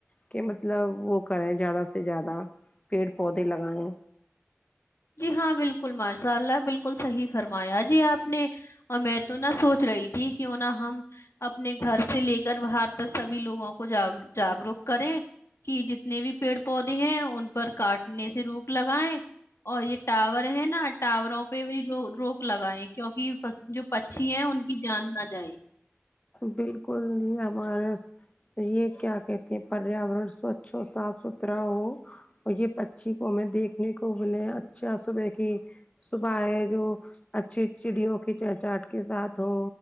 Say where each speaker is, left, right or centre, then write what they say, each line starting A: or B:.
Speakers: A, on the left (about 30°); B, on the left (about 65°).
A: کہ مطلب وہ کریں زیادہ سے زیادہ پیڑ پودے لگائیں
B: جی ہاں بالکل ماشاء اللہ بالکل صحیح فرمایا جی آپ نے میں تو نہ سوچ رہی تھی ت کیوں نہ ہم اپنے گھر سے لے کر باہر تک سبھی لوگوں کو ج جاگروک کریں کہ جتنے بھی پیڑ پودے ہیں ان پر کاٹنے سے روک لگائائے اور یہ ٹاور ہے نا ٹاوروں پہ وہی روک لگائے کیوںکہ جو پچھی ہیں ان کی جان نہ جائے
A: بالکل ج ہمارا یہ کیا کہتے ہیں پریاورن سوچھ ہو صاف ستھرا ہو اور یہ پچھی کو ہمیں دیکھنے کو بولے اچھا صبح کی صبح ہے جو اچھی چڑیوں کچہچاہٹ کے ساتھ ہو